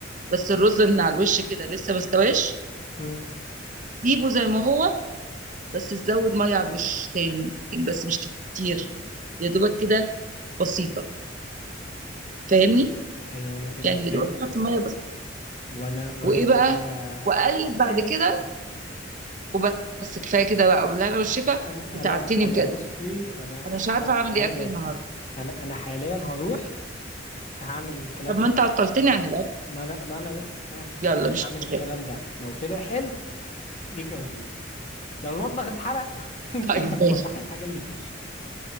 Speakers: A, on the right; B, on the left.
A: بس الرز من على الوش كده لسه ما استواش
B: امم
A: سيبه زي ما هو بس تزود ميه على الوش تاني بس مش كتير يا دوبك كده بسيطه فاهمني
B: ايوه انا كده
A: يعني
B: فهمت
A: يا دوبك تحط ميه بس
B: وانا وانا
A: وايه
B: كده
A: بقى واقلب بعد
B: ايه
A: كده وبس كفايه كده بقى وبالهنا والشفا
B: انا
A: وتعبتني
B: انا ج- انا
A: بجد
B: بصي انا
A: انا مش عارفه
B: أ-
A: اعمل
B: عايز
A: ايه اكل
B: اكل
A: النهارده
B: انا انا حاليا هروح هعمل الكلام
A: طب ما انت عطلتني عن الاكل
B: ما انا ما انا بس معي
A: يلا مش
B: هعمل
A: مشكله
B: الكلام ده لو طلع حلو ليكي عزومة لو المطبخ اتحرق <laughs> انت
A: طيب
B: اللي
A: ماشي
B: هتصلحي الحاجة اللي فيه